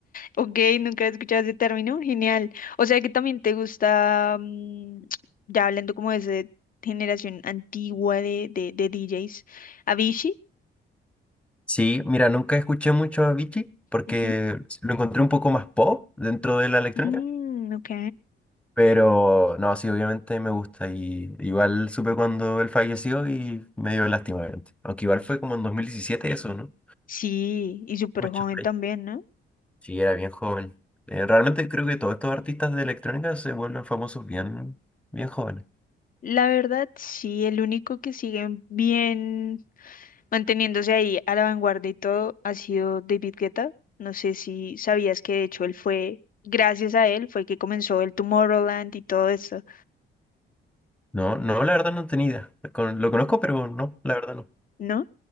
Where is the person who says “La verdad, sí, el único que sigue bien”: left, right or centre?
Left